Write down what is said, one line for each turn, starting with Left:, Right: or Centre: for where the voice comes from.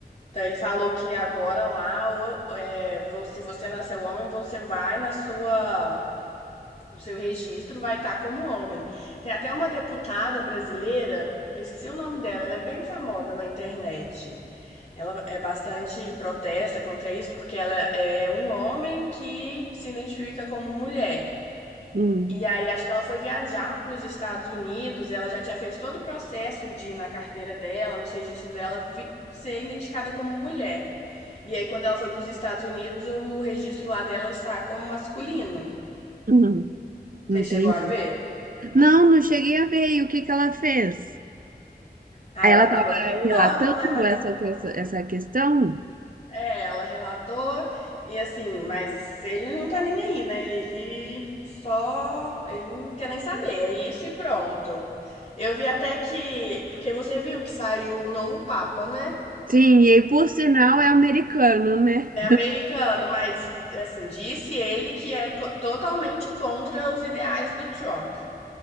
Left: Então ele falou que agora lá, ou, é, vo- se você nasceu homem, você vai na sua o seu registro vai estar como homem. Tem até uma deputada brasileira, eu esqueci o nome dela, ela é bem famosa na internet. Ela é bastante protesta contra isso, porque ela é um homem que se identifica como mulher.
Right: Hum,
Left: E aí acho que ela foi viajar para os Estados Unidos, ela já tinha feito todo o processo de na carteira dela, nos registros dela, vi- ser identificada como mulher. E aí quando ela foi para os Estados Unidos, o registro lá dela está como masculino.
Right: hum, entendi.
Left: Você chegou a ver?
Right: Não, não cheguei a ver. E o que que ela fez?
Left: Ah,
Right: Aí
Left: ela
Right: ela estava
Left: tava brincando,
Right: relatando
Left: né? Mas
Right: essa, que- essa questão.
Left: é, ela relatou e assim, mas ele não tá nem aí, né? Ele só, ele não quer nem saber, é isso e pronto. Eu vi até que, porque você viu que saiu o novo Papa, né?
Right: Sim, e aí, por sinal é americano, né?
Left: É americano, mas assim, disse ele que é co- totalmente contra os ideais do Trump.